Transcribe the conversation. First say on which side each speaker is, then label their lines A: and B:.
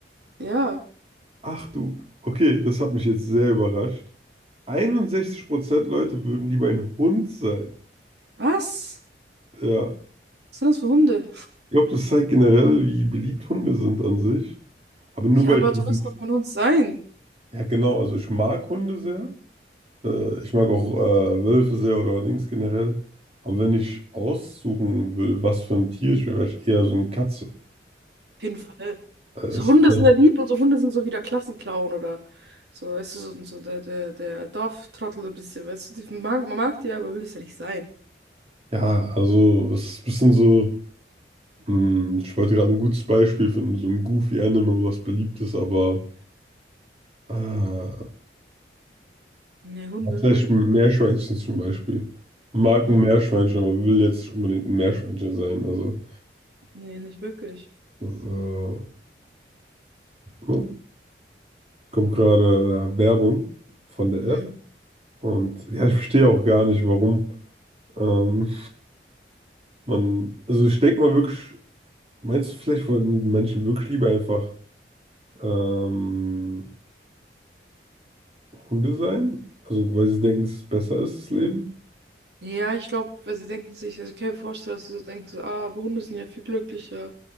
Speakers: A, on the right; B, on the right.
A: ja.
B: Ach du, okay, das hat mich jetzt sehr überrascht. 61% Leute würden lieber ein Hund sein.
A: Was?
B: Ja,
A: Was sind das für Hunde?
B: ich glaube, das zeigt generell, wie beliebt Hunde sind an sich. Aber nur
A: Ja,
B: weil
A: aber
B: ich,
A: du wirst doch von uns sein.
B: ja genau, also ich mag Hunde sehr. Äh, ich mag auch äh, Wölfe sehr oder Dings generell. Aber wenn ich aussuchen will, was für ein Tier ich wäre, wäre ich eher so eine Katze.
A: Auf jeden Fall.
B: Es,
A: So Hunde
B: äh,
A: sind ja lieb und so Hunde sind so wie der Klassenclown oder so, weißt du, so, so der, der, der Dorftrottel so ein bisschen, weißt du, die, man mag, man mag die, aber will es ja nicht sein.
B: ja, also es ist ein bisschen so, hm, ich wollte gerade ein gutes Beispiel finden, so ein Goofy-Anime, was beliebt ist, aber äh, ja,
A: Ne, Hunde.
B: vielleicht ein Meerschweinchen zum Beispiel. Man mag
A: Mhm.
B: ein Meerschweinchen, aber will jetzt nicht unbedingt ein Meerschweinchen sein. Also
A: Nee, nicht wirklich.
B: das, äh, ne? kommt gerade äh, Werbung von der
A: Mhm.
B: App und ja, ich verstehe auch gar nicht, warum ähm, man, also ich denke mal wirklich, meinst du, vielleicht wollten Menschen wirklich lieber einfach ähm, Hunde sein? Also, weil sie denken, dass es besser ist, das Leben?
A: Ja, ich glaube, weil sie denken sich, also ich kann mir vorstellen, dass sie so denken, so, ah, aber Hunde sind ja viel glücklicher